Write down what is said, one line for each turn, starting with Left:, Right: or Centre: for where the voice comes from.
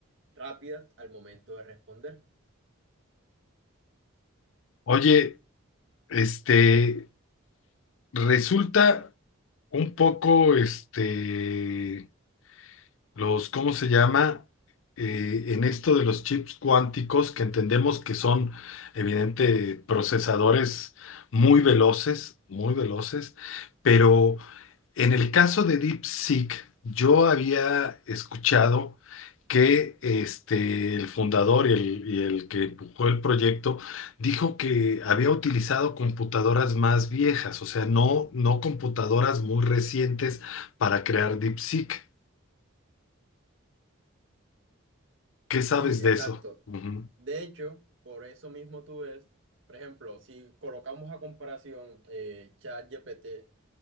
Right: rápidas al momento de responder.
Left: Oye, este, resulta un poco, este los, ¿cómo se llama? Eh, en esto de los chips cuánticos, que entendemos que son, evidente, procesadores muy veloces, muy veloces, pero en el caso de DeepSeek, yo había escuchado que este, el fundador y el, y el que empujó el proyecto dijo que había utilizado computadoras más viejas, o sea, no, no computadoras muy recientes para crear DeepSeek. ¿Qué sabes
Right: Sí, exacto.
Left: de eso? Ujú.
Right: De hecho, por eso mismo tú ves, por ejemplo, si colocamos a comparación eh, ChatGPT